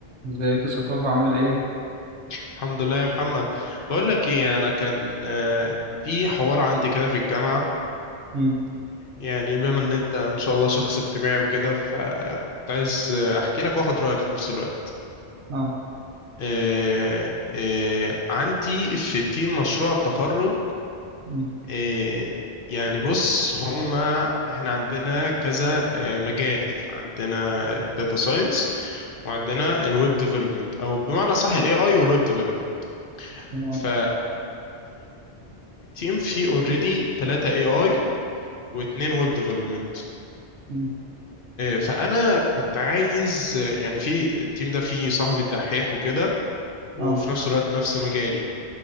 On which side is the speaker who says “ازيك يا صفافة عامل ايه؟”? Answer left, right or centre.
Right